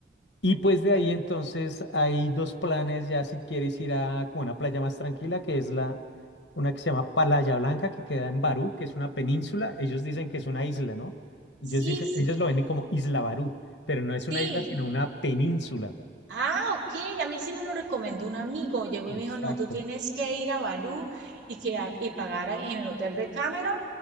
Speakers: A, on the left (about 85°); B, on the right (about 85°).
A: Y pues de
B: Ve.
A: ahí entonces hay dos planes ya si quieres ir a como una playa más tranquila, que es la una que se llama Playa Blanca, que queda en Barú, que es una península. Ellos dicen que es una isla, ¿no? Ellos
B: Sí,
A: dicen, ellos lo ven como Isla Barú, pero no es
B: sí,
A: una isla, sino una península.
B: Ah, ok, a mí sí me lo recomendó un amigo. Llegó
A: Exacto.
B: y me dijo, no, tú tienes que ir a Barú y, que, a- y pagar ahí en el hotel de Cameron,